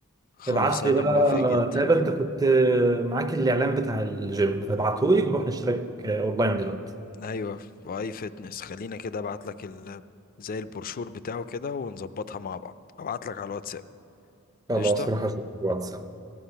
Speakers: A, on the left; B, on the right.
A: خلاص
B: ابعت
A: انا
B: لي بقى
A: موافق جدا
B: تقريبا انت كنت معاك الاعلان بتاع الجيم فابعته لي ونروح نشترك اونلاين دلوقتي
A: ايوه في اي فتنس خلينا كده ابعت لك ال... زي البروشور بتاعه كده ونظبطها مع بعض ابعت لك على الواتساب
B: خلاص
A: قشطه
B: هروح اشوف الواتساب